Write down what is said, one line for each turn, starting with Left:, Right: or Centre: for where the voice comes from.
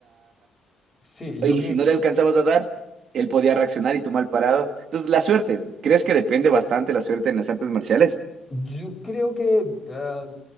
Left: Sí, yo,
Right: y
Left: cre-
Right: si no le alcanzabas a dar, él podía reaccionar y tú mal parado. Entonces, la suerte, ¿crees que depende bastante la suerte en las artes marciales?
Left: yo creo que ah,